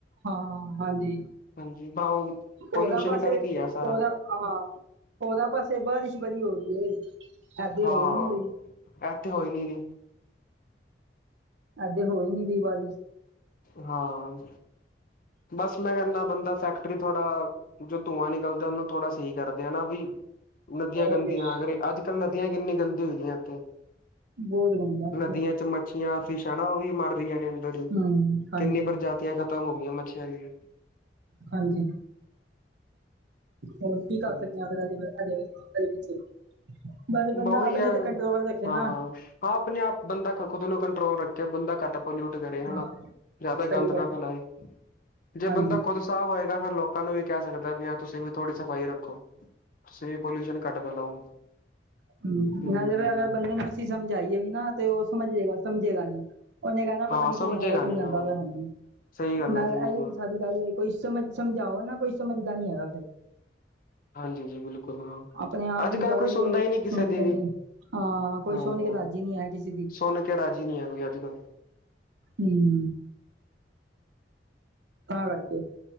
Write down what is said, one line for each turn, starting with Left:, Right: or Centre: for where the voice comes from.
Right: ਹਾਂ ਹਾਂਜੀ
Left: ਹਾਂਜੀ ਬਉਨ ਪਲਊਸ਼ਨ
Right: ਹੋਰਾਂ ਪਾਸੇ
Left: ਕਰਕੇ ਈ ਐ ਸਾਰਾ।
Right: ਹੋਰਾਂ ਹਾਂ, ਹੋਰਾ ਪਾਸੇ ਬਾਰੀਸ਼ ਬੜੀ ਹੋ ਰਈ ਏ। ਐਦੇ
Left: ਹਾਂ,
Right: ਹੋ ਹੀ ਨੀ ਰਹੀ
Left: ਐ ਤੇ ਹੋ ਈ ਨੀ ਰਈ।
Right: ਐਦੇ ਹੋ ਈ ਨੀ ਰੀ ਬਾਰੀਸ਼।
Left: ਹਾਂ, ਬਸ ਮੈਂ ਐਨਾ ਬੰਦਾ ਫੈਕਟਰੀ ਥੋੜਾ ਜੋ ਧੂੰਆਂ ਨਿਕਲਦਾ ਓਨੂੰ ਥੋੜਾ ਸਈ ਕਰਦੇ ਹਨਾ ਬਈ, ਨਦੀਆਂ
Right: ਹੋਰ
Left: ਗੰਦੀਆਂ
Right: ਕੀ
Left: ਅਗਰ ਏ ਅੱਜ ਕੱਲ ਨਦੀਆਂ ਕਿੰਨੀ ਗੰਦੀ ਹੋਈ ਦੀਆ ਐਥੇ,
Right: ਬਹੁਤ ਗੰਦੀਆਂ ਹੈਗੀਆਂ
Left: ਨਦੀਆਂ ਚ ਮੱਛੀਆਂ ਫੀਸ਼ ਆ ਨਾ ਓ ਵੀ ਮਰ ਰਈਆਂ ਨੇ ਅੰਦਰ ਈ,
Right: ਹੂੰ ਹਾਂਜੀ
Left: ਕੀਨੀ ਪ੍ਰਜਾਤੀਆਂ ਖ਼ਤਮ ਹੋ ਗਈਆਂ ਮੱਛੀਆਂ ਦੀ ਵੀ
Right: ਹਾਂਜੀ, ਹੋਰ ਕੀ ਕਰ
Left: ਹਮ
Right: ਸਕਦੇ ਆਂ ਅਗਰ ਐਦੇ, ਐਦੇ ਵਿਚ। ਬਸ ਬੰਦਾ
Left: ਉਹੀ
Right: ਆਪਨੇ
Left: ਆ
Right: ਤੇ ਕੰਟਰੋਲ ਰੱਖੇ
Left: ਹਾਂ
Right: ਨਾ।
Left: ਹਾਂ ਆਪਣੇ ਆਪ ਬੰਦਾ ਖ ਖੁਦ ਨੂੰ ਕੰਟਰੋਲ ਰੱਖੇ ਬੰਦਾ ਕੱਟ ਪਲਊਟ ਕਰੇ ਹਨਾ,
Right: ਹਾਂ
Left: ਜਾਦਾ ਗੰਦ
Right: ਸਹੀ ਗੱਲ
Left: ਨਾ ਫੈਲਾਏ‌,
Right: ਏ
Left: ਜੇ
Right: ਹਾਂਜੀ
Left: ਬੰਦਾ ਖੁਦ ਆਪ ਹੋਏਗਾ ਫੇਰ ਲੋਕਾਂ ਨੂੰ ਵੀ ਕੈ ਸਕਦਾ ਵੀ ਹਾਂ ਤੁਸੀਂ ਵੀ ਥੋੜੀ ਸਫ਼ਾਈ ਰੱਖੋ। ਤੁਸੀਂ ਵੀ ਪਲਊਸ਼ਨ ਘੱਟ ਫੈਲਾਓ।
Right: ਹੂੰ
Left: ਹੂੰ,
Right: ਨਾਲੇ ਫੇਰ ਅਗਰ ਬੰਦੇ ਨੂੰ ਅਸੀਂ ਸਮਝਾਈਏ ਵੀ ਨਾ ਤੇ ਓ ਸਮਜੇਗਾ ਸਮਝੇਗਾ ਨੀ। ਓਨੇ ਕੈਣਾ
Left: ਹਾਂ
Right: ਪਤਾ ਨੀ
Left: ਸਮਝੇਗਾ
Right: ਕੌਣ ਹੈਗਾ ਸਮਝਾਦਾ
Left: ਨੀ ਹਾਂ।
Right: ਪੇਆ ਮੈਨੂੰ
Left: ਸਹੀ ਗੱਲ
Right: ਨਾਲ
Left: ਹੈ ਜੀ ਬਿਲਕੁਲ,
Right: ਐਈਓ ਤੇ ਸਾਡੀ ਗੱਲ ਏ ਕੋਈ ਸਮਝ ਸਮਝਾਓ ਨਾ ਕੋਈ ਸਮਝਦਾ ਨੀ ਹੈਗਾ ਫੇਰ।
Left: ਹਾਂਜੀ ਜੀ ਬਿਲਕੁਲ ਹਾਂ,
Right: ਆਪਣੇ ਆਪ
Left: ਅੱਜ-ਕੱਲ
Right: ਨੂੰ ਜ਼ਿਆਦਾ
Left: ਕੋਈ ਸੁਣਦਾ
Right: ਉਹ
Left: ਈ ਨਈ ਕਿਸੇ
Right: ਸਮਝਦੇ
Left: ਦੀ ਵੀ।
Right: ਨੇ। ਹਾਂ ਕੋਈ
Left: ਹਾਂ।
Right: ਸੁਣ ਕੇ ਰਾਜ਼ੀ ਨਹੀਂ ਹੈ ਕਿਸੇ ਦੀ।
Left: ਸੁਣ ਕੇ ਰਾਜੀ ਨਹੀਂ ਹੈ ਕੋਈ ਅੱਜ ਕੱਲ੍ਹ।
Right: ਹਮ ਤਾਂ ਕਰਕੇ